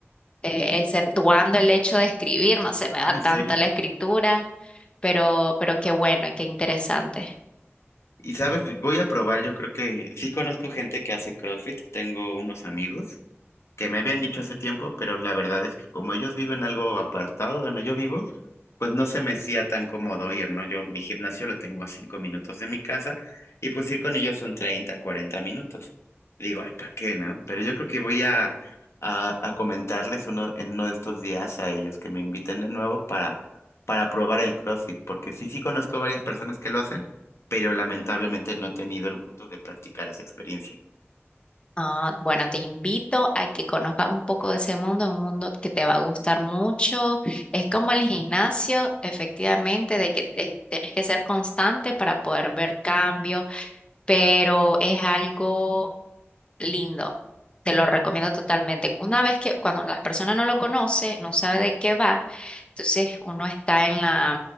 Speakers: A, on the left; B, on the left.
A: eh, exceptuando el hecho de escribir. No se me da
B: <laughs>
A: tanta
B: Sí.
A: la escritura, pero, pero qué bueno y qué interesante.
B: Y sabes, voy a probar, yo creo que sí conozco gente que hace CrossFit, tengo unos amigos que me habían dicho hace tiempo, pero la verdad es que como ellos viven algo apartado de donde yo vivo, pues no se me hacía tan cómodo ir, ¿no? Yo mi gimnasio lo tengo a cinco minutos de mi casa y pues ir con ellos son 30 40 minutos. Digo, ay, ¿para qué, no? Pero yo creo que voy a, a, a comentarles uno, en uno de estos días a ellos que me inviten de nuevo para, para probar el CrossFit, porque sí, sí conozco varias personas que lo hacen, pero lamentablemente no he tenido el gusto de practicar esa experiencia.
A: Ah, bueno, te invito a que conozcas un poco de ese mundo, es un mundo que te va a gustar mucho. Es como el gimnasio, efectivamente, de que te- tienes que ser constante para poder ver cambios, pero es algo lindo. Te lo recomiendo totalmente. Una vez que cuando las personas no lo conocen, no sabe de qué va, entonces uno está en la,